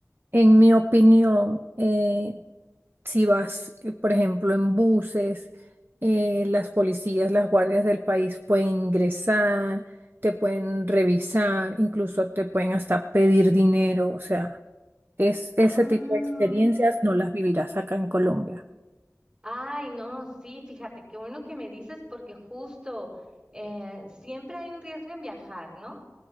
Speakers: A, on the right; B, on the right.
A: En mi opinión, eh, si vas, eh, por ejemplo, en buses, eh, las policías, las guardias del país pueden ingresar, te pueden revisar, incluso te pueden hasta pedir dinero. O sea, es,
B: Ah,
A: ese tipo de experiencias no las vivirás acá en Colombia.
B: Ay, no, sí, fíjate, qué bueno que me dices porque justo eh, siempre hay un riesgo en viajar, ¿no?